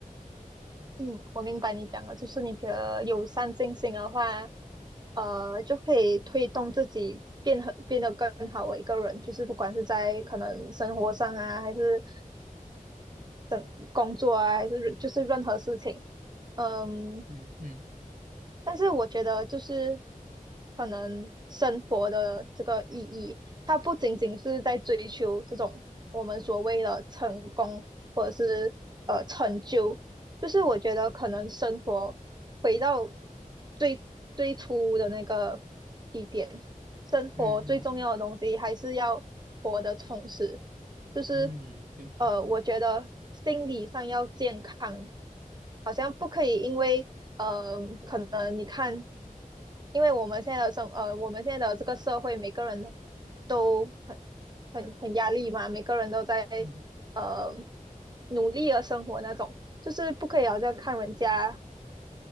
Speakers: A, on the right; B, on the right.
A: 嗯，我明白你讲的，就是你觉得友善进行的话，呃，就可以推动自己变很变得更好的一个人，就是不管是在可能生活上啊，还是等工作啊，还是就是任何事情，嗯，
B: 嗯嗯
A: 但是我觉得就是可能生活的这个意义，它不仅仅是在追求这种我们所谓的成功或者是呃成就，就是我觉得可能生活回到最最初的那个起点，生活最重要的东西还是要活得充实，
B: 嗯嗯
A: 就是
B: 嗯，对对对，
A: 呃，我觉得心理上要健康。好像不可以，因为呃，可能你看，因为我们现在的生呃，我们现在的这个社会，每个人都很很很压力嘛，每个人都在
B: 嗯
A: 呃努力的生活那种，就是不可以好像看人家